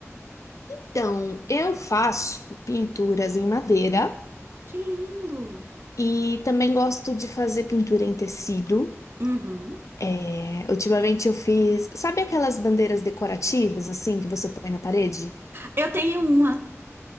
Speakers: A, on the left; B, on the right.
A: Então, eu faço pinturas em madeira
B: Que lindo.
A: e também gosto de fazer pintura em tecido.
B: Uhum.
A: É, ultimamente eu fiz, sabe aquelas bandeiras decorativas assim que você põe na parede?
B: Eu tenho uma.